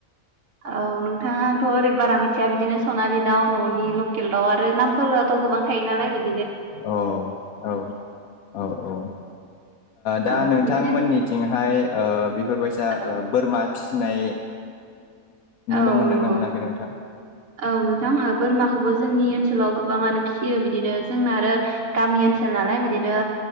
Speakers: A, on the right; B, on the left.
A: औ नोंथां आंथ' ओरै बारा मिथिया बिदिनो सनालि दाउ न'नि लकेल दाउ आरो नामफोराथ' गोबां थायो नालाय बिदि
B: अ औ औ औ दा
A: औ
B: नोंथांमोननिथिंहाय
A: बिदिनो
B: ओ बि फोर बायसा
A: औ
B: बोरमा फिसिनाय नुनो
A: औ
B: मोनदोंना
A: नंगौ,
B: मोनाखै नोंथां?
A: औ नोंथां ओ बोरमाखौबो जोंनि ओनसो ओनसोलाव गोबाङानो फिसियो बिदिनो जोंना आरो गामि ओनसोल नालाय बिदिनो